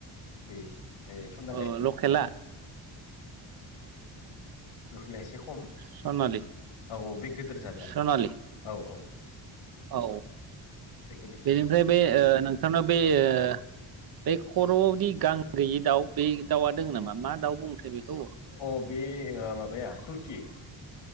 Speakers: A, on the left (about 85°); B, on the right (about 50°).
A: बे। ए सनालिया
B: अ लकेला।
A: लफैल एसे खम
B: सनालि
A: औ औ बे गिदिर जादआ
B: सनालि
A: औ औ।
B: औ
A: एसे गिदिर
B: बेनिफ्राय
A: जादआ
B: बे नोंथांनाव बे ओ। बे खर'आवदि गां गैयि दाउ बे दाउआ दङ नामा मा दाउ। बुङोथाय बेखौ?
A: अ बे माबाया तुरकि।